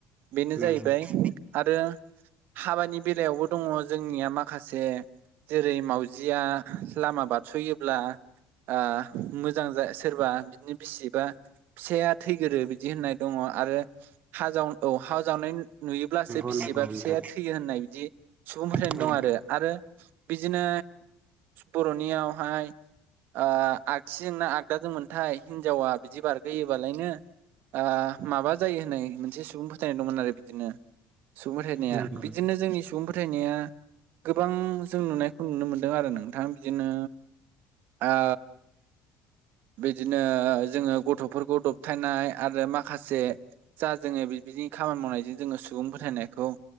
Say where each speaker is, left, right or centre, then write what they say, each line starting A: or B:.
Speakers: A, on the right; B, on the right.
A: बेनो
B: नंगौ
A: जाहैबाय आरो हाबानि बेलायावबो दङ जोंनिया माखासे जेरै मावउजिया लामा बारस'योब्ला ओ मोजां जा सोरबा बिदिनो बिसि बा फिसाया थैगोरो बिदि होननाय दङ आरो हा जाव औ हा जावनाय नुयोब्लासो
B: नंगौ
A: बिसिबा
B: नोंथां
A: फिसाया थैयो होननाय बिदि सुबुं फोथायनाय
B: औ
A: दं आरो आरो बिदिनो बर'नियावहाय ओ आगसिजोंना आगदाजोंमोनथाय हिनजावा बिदि बारगोयोबालायनो ओ माबा जायो होननाय मोनसे सुबुं फोथायनाय दंमोन आरो बिदिनो सुबुं फोथायनाया
B: नंगौ
A: बिदिनो जोंनि सुबुं फोथायनाया गोबां जों नुनायखौ नुनो मोनदों आरो नोंथां बिदिनो ओ बिदिनो जोङो गथ'फोरखौ दबथायनाय आरो माखासे जा जोङो बिदि खामानि मावनायजों जोङो सुबुं फोथायनायखौ